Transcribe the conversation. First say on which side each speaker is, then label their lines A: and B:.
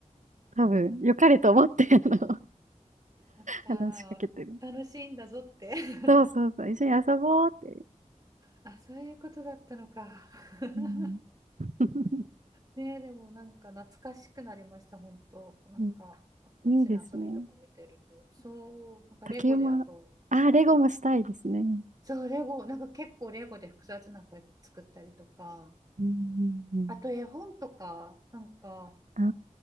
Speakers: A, on the right; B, on the right.
A: 多分、良かれと思って、あの、
B: <laughs> そっか、
A: 話しかけてる。
B: 楽しいんだぞって。<laughs>
A: そうそうそう。一緒に遊ぼうって。
B: あ、そういうことだったのか。<laughs>
A: うん。<laughs>
B: ねえ、でもなんか懐かしくなりました、本当。なんか私の遊びとか見てると、
A: うんいいですね。
B: そう、なんかレゴであと、
A: 竹馬。あレゴもしたいですね。
B: そう、レゴ、なんか結構レゴで複雑な声作ったりとか、
A: うんうんうん。
B: あと絵本とか、なんか
A: ああ、